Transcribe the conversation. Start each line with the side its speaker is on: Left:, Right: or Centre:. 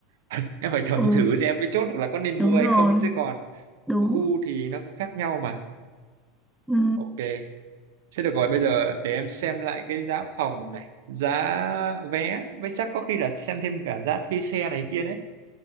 Right: <laughs> em phải thẩm
Centre: ừ
Right: thử thì em mới chốt được là có nên
Centre: đúng
Right: mua hay
Centre: rồi
Right: không chứ còn
Centre: đúng
Right: khu thì nó cũng khác nhau mà
Centre: ừ
Right: ok Thế được rồi, bây giờ để em xem lại cái giá phòng này, giá vé, với chắc có khi là xem thêm cả giá thuê xe này kia đấy.